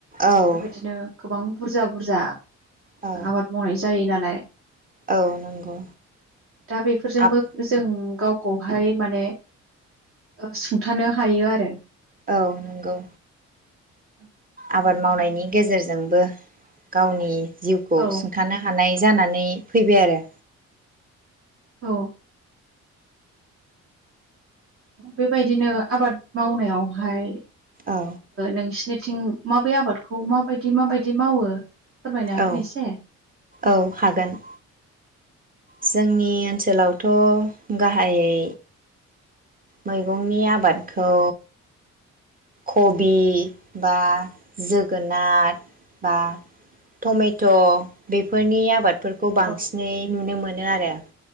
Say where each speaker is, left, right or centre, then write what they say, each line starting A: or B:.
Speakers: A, on the right (about 30°); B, on the right (about 45°).
A: औ
B: बेबायदिनो गोबां बुरजा बुरजा
A: औ
B: आबाद मावनाय जा जायो नालाय।
A: औ नंगौ
B: दा बेफोरजोंबो
A: आब
B: जों गावखौ बाहाय माने ओ सुंथानो हायो आरो
A: औ नंगौ।
B: <inaudible>
A: आबाद मावनायनि गेजेरजोंबो गावनि जिउखौ
B: औ
A: सुंथानो हानाय जानानै फैबाय आरो
B: औ। बेबायदिनो आबाद मावनायाव हाय
A: औ
B: नोंसिनिथिं माबे आबाद खौ माबायदि माबायदि मावो? फोरमायनो हागोन
A: औ
B: एसे?
A: औ हागोन। जोंनि ओनसोलाव। थ गाहायै। मैगंनि आबादखौ। कबि बा जोगोनार बा टमेट बेफोरनि आबाद। बेफोरखौ बांसिनै
B: औ
A: नुनो मोनो। बिनो आरो।